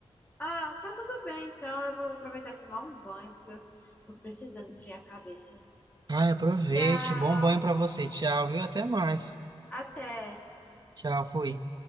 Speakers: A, on the left; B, on the right.
A: Ah, tá tudo bem, então eu vou aproveitar e tomar um banho, porque eu tô precisando esfriar a cabeça.
B: Ai, aproveite,
A: Tchau!
B: bom banho para você. Tchau, viu? Até mais.
A: Até!
B: Tchau, fui.